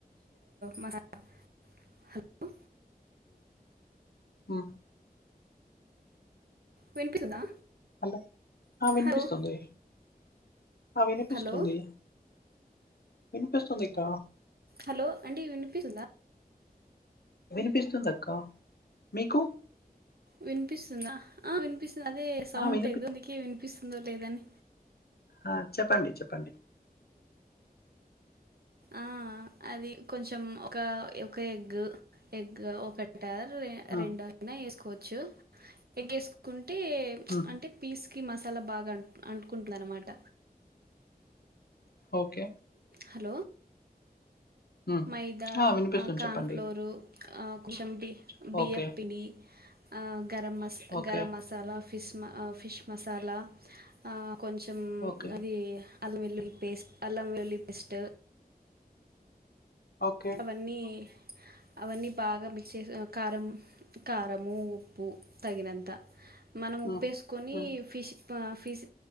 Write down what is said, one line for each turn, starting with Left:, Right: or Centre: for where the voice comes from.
Right: మసాల హలో
Left: ఆ
Right: వినిపిస్తుందా
Left: హలో ఆ వినిపిస్తుంది
Right: హలో
Left: ఆ వినిపిస్తుంది
Right: హలో
Left: వినిపిస్తుంది అక్క
Right: హలో అండి వినిపిస్తుందా
Left: వినిపిస్తుంది అక్క మీకు
Right: వినిపిస్తుందా ఆ వినిపిస్తుంది అదే సౌండ్
Left: ఆ వినిపి
Right: లేదు నీకు వినిపిస్తుందో లేదని
Left: ఆ చెప్పండి చెప్పండి
Right: ఆ అది కొంచెం ఒక ఒక ఎగ్ ఎగ్ ఒకటి
Left: ఆ
Right: రెండు అన్న వేసుకోవచ్చు ఎగ్ ఎసుకొ అంటే
Left: ఉమ్
Right: అంటే పీస్కి మసాలా బాగా అంటుకుంటుందన్న మాట
Left: ఓకే
Right: హలో
Left: ఉమ్
Right: మైదా
Left: ఆ వినిపిస్తుంది
Right: కన్ఫ్
Left: చెప్పండి
Right: లోర్ ఆ కొంచెం బి బియ్యప్పిండి
Left: ఓకే
Right: ఆ గరం మసా
Left: ఓకే
Right: గరం మసాలా ఫిష్ మసా ఫిష్ మసాలా ఆ కొంచెం
Left: ఓకే
Right: అది అల్లం వెల్లుల్లి పేస్ట్ అల్లం వెల్లులి పేస్ట్
Left: ఓకే
Right: అవన్నీ అవన్నీ బాగా మిక్స్ చేసి కారం కారము ఉప్పు తగినంత మనం ఉప్పేసుకొని
Left: ఉమ్ ఉమ్
Right: ఫిష్ ఆ ఫిష్